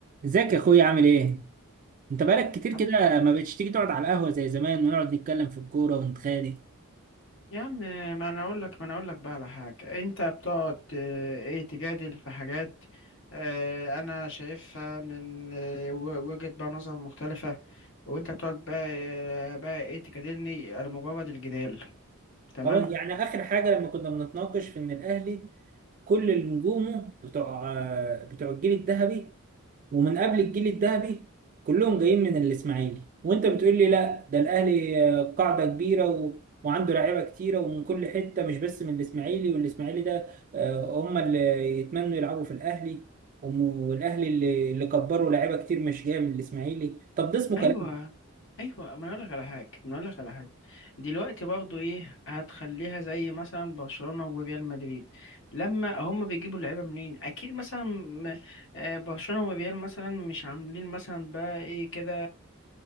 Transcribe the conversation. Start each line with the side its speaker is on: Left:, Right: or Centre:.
Right: ازيك يا اخويا عامل ايه؟ انت بقالك كتير
Left: عم-
Right: كده ما بقتش تيجي تقعد على القهوة زي زمان ونقعد نتكلم في الكورة ونتخانق
Left: يا عم ما انا اقول لك ما انا اقول لك بقى على حاجه انت بتقعد آه، ايه تجادل في حاجات آه، انا شايفها من آه، و- وجهه بقى نظر مختلفه وانت بتقعد بقى آه، بقى ايه تجادلني على مجرد الجدال تمام
Right: طبعا يعني اخر حاجة لما كنا بنتناقش في ان الاهلي كل نجومه بتوع آه، بتوع الجيل الذهبي ومن قبل الجيل الذهبي كلهم جايين من الاسماعيلي وانت بتقول لي لا ده الاهلي آه، قاعده كبيره و... وعنده لعيبه كتيره ومن كل حته مش بس من الاسماعيلي والاسماعيلي ده آه، هم اللي يتمنوا يلعبوا في الاهلي وم- والاهلي اللي اللي كبروا لعيبه كتير مش جايه من الاسماعيلي طب ده اسمه
Left: ايوه
Right: كلام
Left: ايوه ما أنا اقول لك على حاجه ما أنا اقول لك على حاجه دلوقتي برضو ايه هتخليها زي مثلا برشلونه وريال مدريد لما هم بيجيبوا اللعيبه منين اكيد مثلا م- آه، برشلونه وريال مثلا مش عاملين مثلا بقى ايه كده